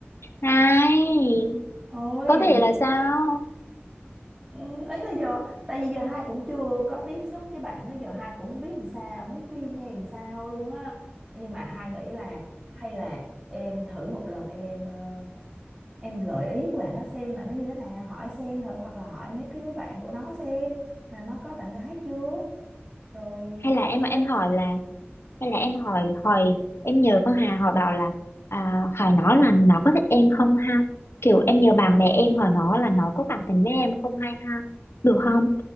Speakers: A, on the left; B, on the right.
A: này
B: Hai- Ôi
A: có thể là sao
B: Ừ, ý là giờ tại vì giờ hai cũng chưa có tiếp xúc với bạn đó giờ hai cũng không biết làm sao không biết khuyên em làm sao luôn á nhưng mà hai nghĩ là hay là em thử một lần em ờ, em gợi ý của bạn nó xem mà nó như thế nào hỏi xem thử hoặc là hỏi mấy cái đứa bạn của nó xem là nó có bạn gái chưa rồi
A: hay
B: nó
A: là em
B: có thích
A: em
B: em
A: hỏi
B: không
A: là hay là em hỏi hỏi em nhờ con Hà hỏi bảo là à, hỏi nó là nó có thích em không ha kiểu em nhờ bạn bè em hỏi nó là nó có cảm tình với em không hay ha được
B: ừ,
A: không
B: ừ,